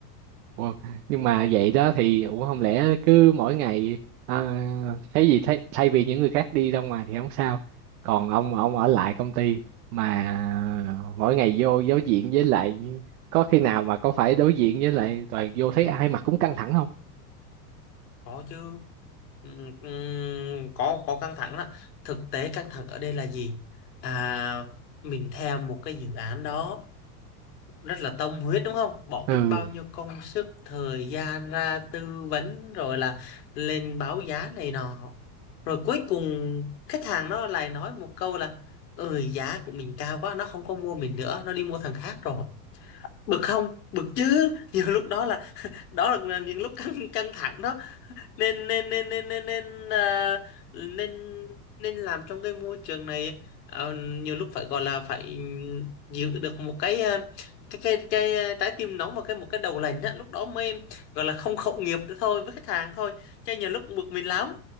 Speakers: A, on the right; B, on the left.
A: Ủa, nhưng mà vậy đó thì ủa không lẽ cứ mỗi ngày à, thấy gì thay, thay vì những người khác đi ra ngoài thì không sao còn ông ông ở lại công ty mà mỗi ngày vô đối diện với lại có khi nào mà có phải đối diện với lại toàn vô thấy ai mặt cũng căng thẳng không
B: có chứ Ừm, ừm, có có căng thẳng đó thực tế căng thẳng ở đây là gì à mình theo một cái dự án đó rất là tâm huyết đúng không bỏ
A: ừ
B: biết bao nhiêu công sức thời gian ra tư vấn rồi là lên báo giá này nọ rồi cuối cùng khách hàng nó lại nói một câu là ừ giá của mình cao quá nó không có mua mình nữa nó đi mua thằng khác rồi bực không bực chứ <laughs> nhiều lúc đó là đó là những lúc căng căng thẳng đó nên nên nên nên nên nên à, nên nên làm trong cái môi trường này ờ, nhiều lúc phải gọi là phải giữ được một cái à, cái cái cái à, trái tim nóng và cái một cái đầu lạnh á lúc đó mới gọi là không khẩu nghiệp nữa thôi với khách hàng thôi chứ nhiều lúc bực mình lắm